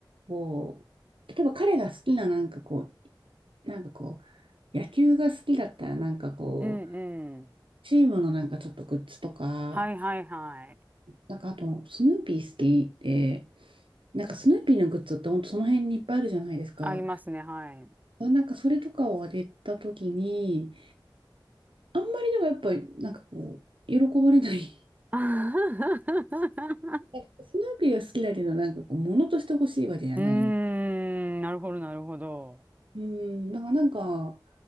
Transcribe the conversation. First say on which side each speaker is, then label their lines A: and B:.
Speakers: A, on the right; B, on the right.
A: こう、例えば彼が好きななんかこう、なんかこう、野球が好きだったらなんかこう、
B: うん、うん。
A: チームのなんかちょっとグッズとか、
B: はいはいはい。
A: なんかあと、スヌーピー好きで、なんかスヌーピーのグッズってほんとその辺にいっぱいあるじゃないですか。
B: ありますね、はい。
A: なんかそれとかをあげたときに、あんまりでもやっぱり、なんかこう、喜ばれない。
B: <laughs>
A: <laughs> えスヌーピーが好きだけど、なんかこう、物として欲しいわけじゃない。
B: うーん、なるほど、なるほど。
A: うん、だからなんか、